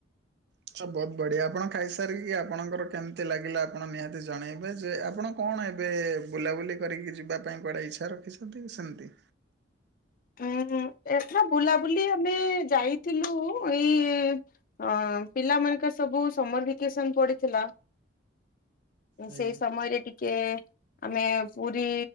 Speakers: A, on the right (about 60°); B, on the left (about 45°).
A: ଆଚଛା ବହୁତ ବଢ଼ିଆ ଆପଣ ଖାଇସାରିକି ଆପଣଙ୍କର କେମିତି ଲାଗିଲା ଆପଣ ନିହାତି ଜଣେଇବେ ଯେ ଆପଣ କଣ ଏବେ ବୁଲାବୁଲି କରିକି ଯିବା ପାଇଁ କୁଆଡ଼େ ଇଚ୍ଛା ରଖିଛନ୍ତି ସେମିତି?
B: ହୁଁ ଏଥର ବୁଲାବୁଲି ଆମେ ଯାଇଥିଲୁ ଏଇ ହଁ ପିଲା ମାନଙ୍କର ସବୁ ସମର ଭାକେସନ ପଡିଥିଲା
A: ଆଜ୍ଞା
B: ସେଇ ସମୟରେ ଟିକ୍ ଟିକେ ଆମେ ପୁରୀ